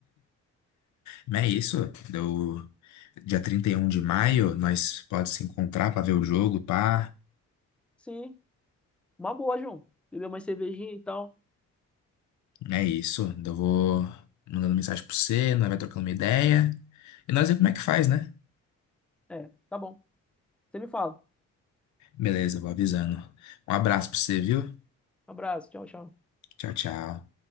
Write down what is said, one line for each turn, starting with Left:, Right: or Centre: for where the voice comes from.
Left: Mas é isso. Do dia 31 de maio, nós pode se encontrar pra ver o jogo, pá.
Centre: Sim. Uma boa, João. Beber uma cervejinha e tal.
Left: É isso. Então Eu vou mandando mensagem pro você, nós vai trocando uma ideia. E nós vemos como é que faz, né?
Centre: É, tá bom. Você me fala.
Left: Beleza, vou avisando. Um abraço pra você, viu?
Centre: Um abraço. Tchau, tchau.
Left: Tchau, tchau.